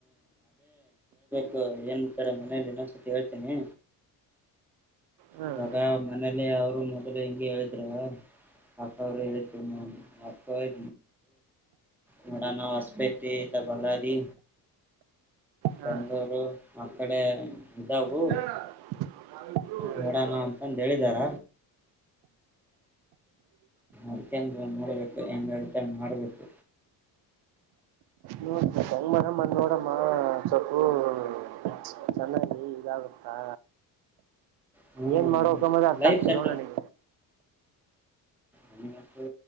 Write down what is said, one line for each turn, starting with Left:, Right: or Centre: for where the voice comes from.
Centre: ಹ ಏನ್ಂತರ ಮನೇೆಯಲ್ಲಿ ಇನ್ನೋಂಧಸತಿ ಹೇಳ್ತೀನಿ
Right: ಹ್ಮ್
Centre: ಇವಗಾ ಮನೇಲಿ ಅವರು ಮೊದಲು ಹೆಂಗ ಹೇಳಿದ್ರು ಅಕ್ಕ ಅವರು ಹೇಳಿದ್ರು ಅ ಓಯ್ ನೋಡಾನ ಹೊಸಪೇಟೆ ಬಳ್ಳಾರಿ
Right: ಹಾ
Centre: ಬೆಂಗಳೂರು ಹಾಕಡೆ ಇದವು
Right: ನೋಡ್
Centre: ನೋಡಣ
Right: ಹೆಂಗ್
Centre: ಅಂತಂದು ಹೇಳಿದಾರ ಅಕಂದ ಬಂದ್ ನೋಡ್ಬೇಕು ಹೆಂಗ ಅಡತ ಮಾಡ್ಬೇಕು
Right: ನೋಡಂಗ ಮನ ಮ ನೋಡಮ್ಮ ಸ್ವಲ್ಪ ಚೆನ್ನಾಗಿ ಇದಾಗುತ್ತಾ
Centre: ಹ್ಮ್
Right: ಏನ್ ಮಾಡುವಕಮ್ಮದು ಅರ್ಥ
Centre: ಲೈಫ್
Right: ಆಗ್ತಿಲ್ಲ
Centre: ಸೆಟ್ಲ್
Right: ನೋಣನಗೆ
Centre: ಹ್ಮ ಹ